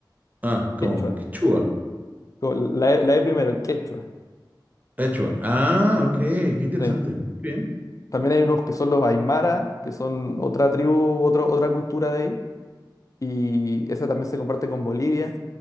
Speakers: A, on the right (about 20°); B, on the left (about 45°).
A: Ah, como
B: Quechua.
A: quechua.
B: Como la, E- la E primero, Quechua.
A: Quechua. Ah, ok, qué interesante.
B: Sí.
A: Muy bien.
B: También hay unos que son los Aymara, que son otra tribu, otro, otra cultura de ahí, y esa también se comparte con Bolivia.